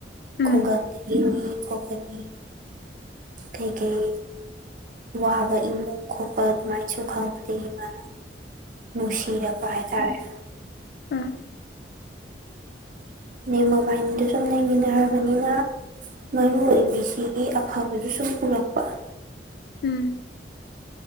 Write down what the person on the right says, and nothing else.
ꯈꯨꯡꯒꯪꯗꯒꯤꯅꯤ ꯈ‌ꯣꯠꯄꯅꯤ ꯀꯩ ꯀꯩ ꯋꯥꯕ ꯏꯃꯨꯡ ꯈꯣꯠꯄ ꯑꯗꯨꯃꯥꯏꯁꯨꯝ ꯈꯪꯉꯛꯄꯗꯒꯤ ꯃꯅꯥ ꯅꯨꯡꯁꯤꯔꯛꯄ ꯍꯥꯏꯇꯥꯔꯦ ꯫
ꯑꯗꯩ ꯃꯣꯕꯥꯟꯅꯤꯗꯨ ꯁꯨꯝ ꯂꯩꯃꯤꯟꯅꯔꯕꯅꯤꯅ ꯃꯔꯨꯑꯣꯏꯕꯤꯁꯤꯒꯤ ꯑꯐꯕꯗꯨ ꯁꯨꯝ ꯎꯔꯛꯄ ꯫